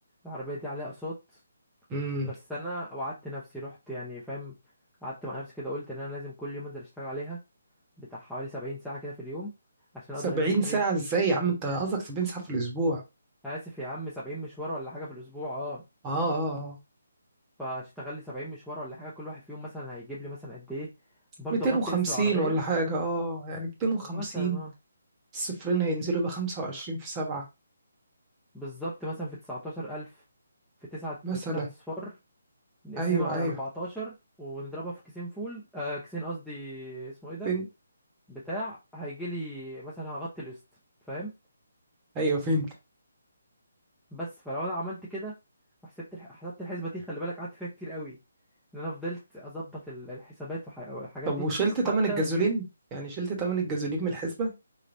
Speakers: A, in the centre; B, on the right.
A: العربية دي عليها اقساط
B: امم
A: بس انا وعدت نفسي رحت يعني فاهم قعدت مع نفسي كده قلت ان انا لازم كل يوم انزل اشتغل عليها بتاع حوالي 70 ساعة كده في اليوم عشان اقدر
B: 70
A: اجيب الايه
B: ساعة ازاي يا عم انت قصدك 70 ساعة في الأسبوع
A: اسف يا عم 70 مشوار ولا حاجة في الاسبوع اه
B: اه اه آه.
A: فاشتغل لي 70 مشوار ولا حاجة كل واحد فيهم مثلا هيجيب لي مثلا قد ايه برضه
B: 250
A: اغطي قسط العربية
B: ولا حاجة اه يعني 250
A: مثلا اه
B: الصفرين هينزلوا ب 25 في سبعة
A: بالظبط مثلا في 19000 في 9
B: مثلا
A: في 9 اصفار نقسمها
B: ايوه
A: على
B: ايوه
A: 14 ونضربها في كيسين فول آه كيسين قصدي اسمه ايه ده
B: فين
A: بتاع هيجي لي مثلا هغطي القسط فاهم
B: ايوه فين
A: بس فلو انا عملت كده وحسبت الح... حسبت الحسبه دي خلي بالك قعدت فيها كتير قوي ان انا فضلت اظبط ال- الحسابات وح- والحاجات
B: طب
A: دي
B: وشلت تمن
A: حتى
B: الجازولين يعني شلت تمن الجازولين من الحسبة